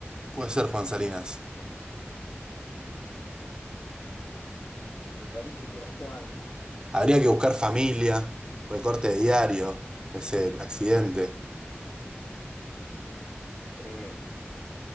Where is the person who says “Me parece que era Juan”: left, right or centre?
Left